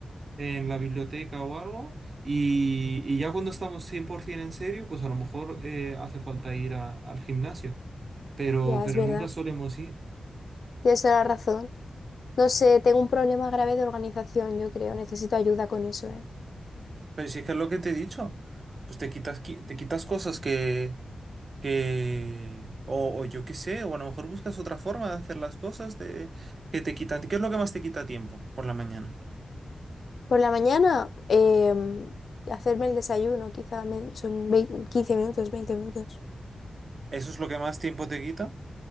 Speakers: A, on the right; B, on the left.
A: en la biblioteca o algo, y, y ya cuando estamos 100% en serio, pues a lo mejor eh, hace falta ir a- al gimnasio, pero,
B: Ya,
A: pero
B: es verdad.
A: nunca solemos ir.
B: Tienes toda la razón. No sé, tengo un problema grave de organización, yo creo. Necesito ayuda con eso, ¿eh?
A: Pero si es que es lo que te he dicho, pues te quitas, qui- te quitas cosas que, que o, o yo qué sé, o a lo mejor buscas otra forma de hacer las cosas de, que te quitan. ¿Qué es lo que más te quita tiempo por la mañana?
B: Por la mañana, em, hacerme el desayuno, quizá me- son vei- 15 minutos, 20 minutos.
A: ¿Eso es lo que más tiempo te quita?